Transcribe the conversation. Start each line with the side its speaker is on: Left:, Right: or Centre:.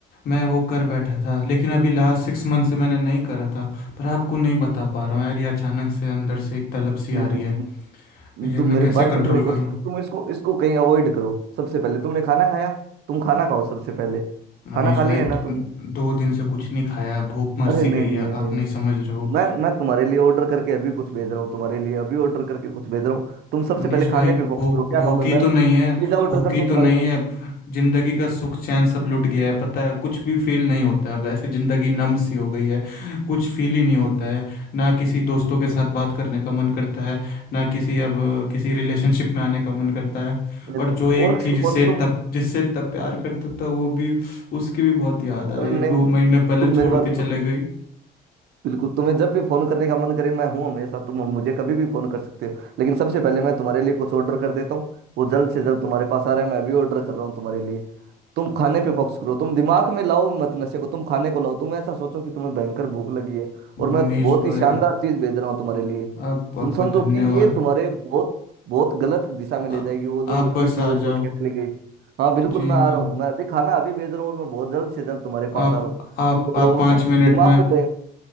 Left: मैं वो कर बैठा था लेकिन अभी लास्ट सिक्स मंथ से मैंने नहीं करा था पर आपको नहीं बता पा रहा हूँ यार ये अचानक से अंदर से एक तलब सी आ
Right: नहीं नहीं
Left: रही है
Right: तुम
Left: ये
Right: तुम
Left: मैं
Right: मेरी
Left: कैसे
Right: बात
Left: कंट्रोल
Right: समझने की कोशिश
Left: करूं
Right: करो तुम इसको इसको कहीं अवॉइड करो सबसे पहले तुमने खाना खाया तुम खाना खाओ सबसे पहले
Left: मनीष
Right: खाना खा
Left: भाई
Right: लिया
Left: द-
Right: है ना तुम
Left: दो दिन से कुछ नहीं खाया भूख मर
Right: अरे
Left: सी
Right: नहीं
Left: गई
Right: नहीं
Left: है
Right: नहीं नहीं
Left: आप
Right: नहीं
Left: नहीं समझ रहे हो
Right: मैं मैं तुम्हारे लिए ऑर्डर करके अभी कुछ भेज रहा हूँ तुम्हारे लिए अभी ऑर्डर करके कुछ भेज रहा हूँ तुम सबसे
Left: मनीष
Right: पहले
Left: भाई
Right: खाने
Left: भूख
Right: पे फोकस करो क्या
Left: भूखी
Right: खाओगे मैं
Left: तो नहीं है
Right: पिज्जा ऑर्डर
Left: भूखी
Right: करता हूँ
Left: तो
Right: तुम्हारे
Left: नहीं
Right: लिए
Left: है जिंदगी का सुख चैन सब लुट गया है पता है कुछ भी फील नहीं होता है अब ऐसे जिंदगी नम सी हो गई है कुछ फील ही नहीं होता है ना किसी दोस्तों के साथ बात करने का मन करता है ना किसी अब किसी रिलेशनशिप में आने का मन करता है
Right: नहीं,
Left: और
Right: तुम
Left: जो एक
Right: और किसी
Left: थी
Right: को
Left: जिससे
Right: फोन तुम
Left: तब जिससे इतना प्यार करता था वो भी उसकी भी बहुत याद आ
Right: अरे
Left: रही है
Right: नहीं
Left: दो
Right: नहीं,
Left: महीने पहले
Right: तुम
Left: छोड़
Right: मेरी बात
Left: के
Right: सुनो
Left: चले गई
Right: बिल्कुल तुम्हें जब भी फोन करने का मन करे मैं हूँ हमेशा तुम मुझे कभी भी फोन कर सकते हो लेकिन सबसे पहले मैं तुम्हारे लिए कुछ ऑर्डर कर देता हूँ वो जल्द से जल्द तुम्हारे पास आ रहा है मैं अभी ऑर्डर कर रहा हूँ तुम्हारे लिए तुम खाने पे फोकस करो तुम दिमाग में लाओ मत नशे को तुम खाने को लाओ तुम ऐसा सोचो कि तुम्हें भयंकर भूख लगी है और
Left: मनीष
Right: मैं बहुत
Left: भाई
Right: ही शानदार चीज भेज रहा हूँ तुम्हारे लिए
Left: आप आपका
Right: तुम समझो
Left: धन्यवाद
Right: कि ये तुम्हारे बहुत बहुत गलत दिशा में ले
Left: आ,
Right: जाएगी वो जो
Left: आप
Right: लड़की
Left: बस
Right: थी
Left: आ
Right: वो छोड़
Left: जाओ
Right: के चली गई हाँ बिल्कुल
Left: जी
Right: मैं
Left: मैं
Right: आ रहा हूँ मैं अभी खाना अभी भेज रहा हूँ और मैं बहुत जल्द से जल्द तुम्हारे पास
Left: आप
Right: आ रहा हूँ
Left: आप
Right: तुम घबराओ
Left: आप
Right: मत,
Left: पाँच
Right: तुम
Left: मिनट
Right: दिमाग
Left: में
Right: को बिल्कुल तुम